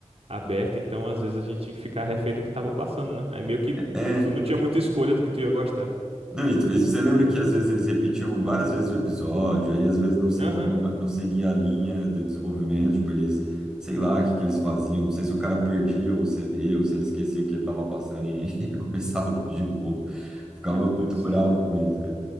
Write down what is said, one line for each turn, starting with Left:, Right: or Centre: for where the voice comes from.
Right: aberta, então às vezes a gente tinha que ficar refém do que tava passando, né? Aí meio que
Centre: É,
Right: tu não tinha muita escolha do que tu ia gostar.
Centre: Não, e tu- e você lembra que às vezes eles repetiam várias vezes o episódio, aí às vezes não seguia,
Right: Aham,
Centre: não seguia a linha de desenvolvimento, tipo, eles, sei lá, o que que eles faziam, não sei se o cara perdia o CD ou se ele esquecia o que ele estava passando e <laughs> começava tudo de novo. Ficava
Right: Meu Deus
Centre: muito
Right: do céu.
Centre: bravo com isso, cara.